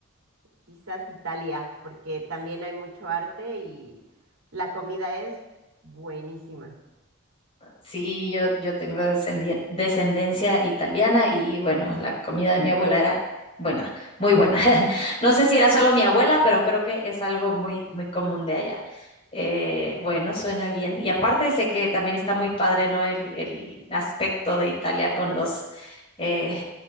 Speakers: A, on the right (about 75°); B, on the left (about 30°).
A: quizás Italia, porque también hay mucho arte y la comida es buenísima.
B: Sí, yo, yo tengo descendien- descendencia italiana y bueno, la comida de mi abuela era buena, muy buena. <laughs> No sé si era solo mi abuela, pero creo que es algo muy, muy común de allá. Eh, bueno, suena bien. Y aparte sé que también está muy padre, ¿no? El, el aspecto de Italia con los, eh,